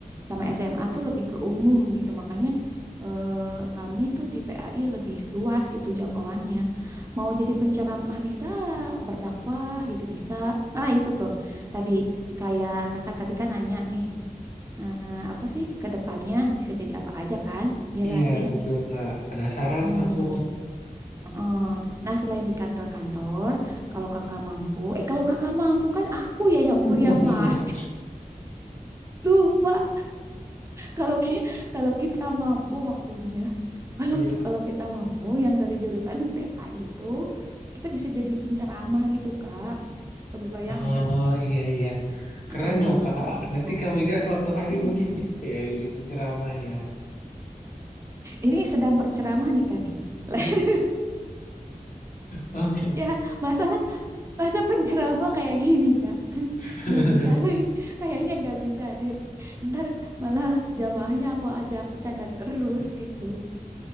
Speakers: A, on the right; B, on the left.
A: sama SMA tuh lebih ke umum gitu makanya eh, kami tuh di PAI lebih luas gitu jangkauannya mau jadi penceramah bisa berdakwah gitu bisa ah itu tuh tadi kayak kakak tadi kan nanya nih eh, apa sih ke depannya bisa jadi apa aja kan Iya
B: iya
A: gak sih
B: betul Kak. Penasaran
A: hmm
B: aku.
A: Heeh. Nah, selain di kantor-kantor, kalau kakak mampu, eh kalau kakak mampu kan aku ya yang
B: <laughs>
A: kuliah, Mas. <laughs> Lupa. Kalau kita kalau kita mampu maksudnya. <laughs> Kalau
B: Iya.
A: kalau kita mampu yang dari jurusan PA itu kita bisa jadi penceramah gitu, Kak. Kebayang
B: Oh
A: nggak tuh?
B: iya iya. Keren
A: Heeh,
B: loh Kak.
A: gitu.
B: Nanti Kak Mega suatu hari
A: Mm-mm.
B: mungkin bisa ya jadi penceramah ya.
A: Ini sedang berceramah nih Kak nih. <laughs>
B: Oke.
A: Ya, masa masa penceramah kayak gini, Kak? <laughs>
B: <laughs>
A: Nggak bisa, <laughs> kayaknya nggak bisa deh. Ntar malah jamaahnya aku ajak bercanda terus gitu.